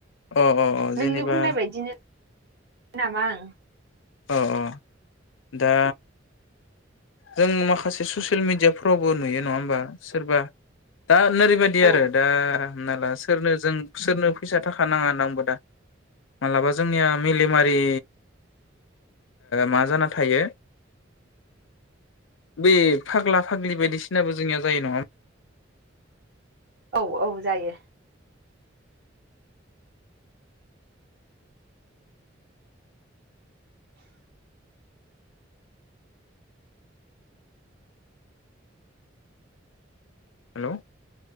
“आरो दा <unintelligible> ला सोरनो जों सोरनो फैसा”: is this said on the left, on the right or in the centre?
Left